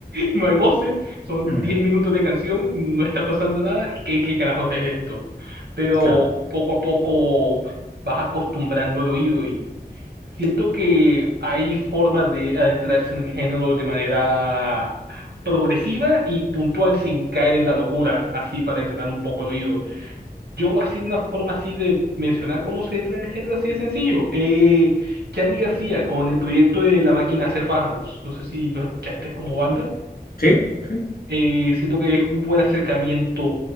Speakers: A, on the right (about 80°); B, on the left (about 60°).
A: No hay voces, son
B: mm,
A: 10 minutos de canción, no está pasando nada. ¿Qué, qué carajos es esto? Pero
B: claro.
A: poco a poco vas acostumbrando el oído y siento que hay formas de adentrarse en el género de manera progresiva y puntual sin caer en la locura, así para entrenar un poco el oído. Yo así una forma así de mencionar cómo se entra en el género así de sencillo. Eh, Charly García con el proyecto de La Máquina de Hacer Pájaros. No sé si lo escuchaste como banda.
B: ¿Sí? ¿Sí?
A: Eh, siento que es un buen acercamiento